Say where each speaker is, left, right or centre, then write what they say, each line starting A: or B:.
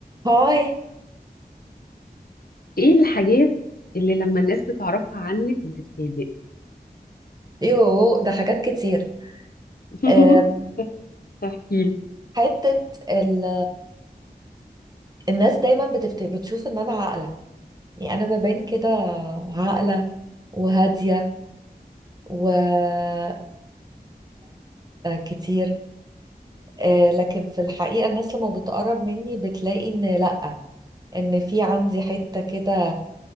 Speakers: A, on the right; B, on the left.
A: هاي
B: ايه الحاجات اللي لما الناس بتعرفها عنك بتتفاجئ
A: يو ده حاجات كتير
B: <laughs>
A: أم،
B: احكيلي
A: حتة ال الناس دايما بتفت... بتشوف ان انا عاقلة يعني انا ببان كده عاقلة وهادية وبسكت كتير أه، لكن في الحقيقة الناس لما بتقرب مني بتلاقي ان لأ ان في عندي حتة كده